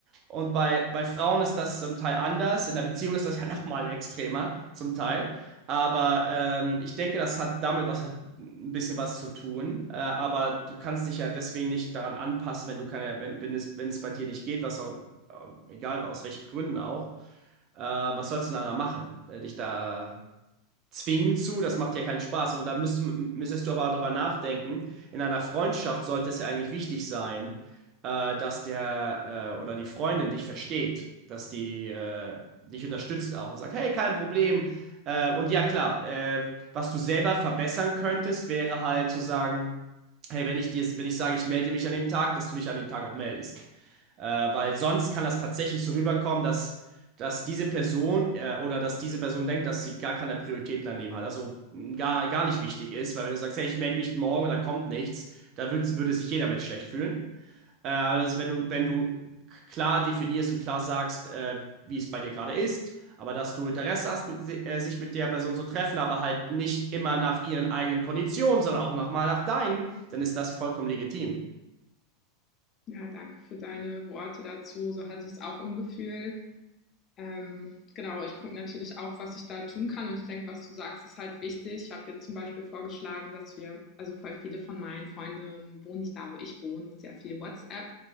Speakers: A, on the right (about 35°); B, on the left (about 30°).
A: Und bei, bei Frauen ist das zum Teil anders. In der Beziehung ist das ja <laughs> nochmal extremer, zum Teil. Aber ähm, ich denke, das hat damit was, hat ein bisschen was zu tun. Äh, aber du kannst dich ja deswegen nicht daran anpassen, wenn du keine, wenn, wenn es, wenn es bei dir nicht geht, was auch, äh, egal aus welchen Gründen auch, äh, was sollst du denn da machen? Äh, dich da zwingen zu, das macht ja keinen Spaß. Und da müsst, müsstest du aber darüber nachdenken. In einer Freundschaft sollte es ja eigentlich wichtig sein, äh, dass der äh, oder die Freundin dich versteht, dass die äh, dich unterstützt auch und sagt, hey, kein Problem. Äh, und ja, klar, äh, was du selber verbessern könntest, wäre halt zu sagen, hey, wenn ich dir, wenn ich sage, ich melde mich an dem Tag, dass du dich an dem Tag auch meldest. Äh, weil sonst kann das tatsächlich so rüberkommen, dass dass diese Person äh, oder dass diese Person denkt, dass sie gar keine Prioritäten im Leben hat, also mh, gar, gar nicht wichtig ist, weil wenn du sagst, hey, ich melde mich morgen und da kommt nichts, da würd, würde sich jeder mit schlecht fühlen. Äh, also wenn du, wenn du klar definierst und klar sagst, äh, wie es bei dir gerade ist, aber dass du Interesse hast, mit, si- äh, sich mit der Person zu treffen, aber halt nicht immer nach ihren eigenen Konditionen, sondern auch nach, mal nach deinen, dann ist das vollkommen legitim.
B: ja, danke für deine Worte dazu. So hatte ich es auch im Gefühl. Ähm, genau, ich gucke natürlich auch, was ich da tun kann und ich denke, was du sagst, ist halt wichtig. Ich habe jetzt zum Beispiel vorgeschlagen, dass wir, also voll viele von meinen Freunden wohnen nicht da, wo ich wohne, das ist ja viel WhatsApp